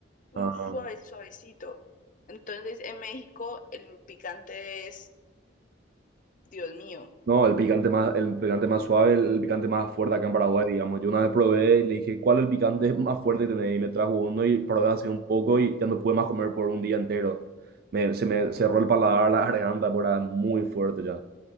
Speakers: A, on the left; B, on the right.
A: un
B: Ah,
A: suave suavecito. Entonces en México el picante es, Dios mío,
B: no, el picante más, el picante más suave, el picante más fuerte acá en Paraguay, digamos. Yo una vez probé y le dije, ¿cuál es el picante <laughs> más fuerte que tenés? Y me trajo uno y probé hace un poco y ya no pude más comer por un día entero. Me, se me cerró el paladar, la <laughs> garganta, porque era muy fuerte ya.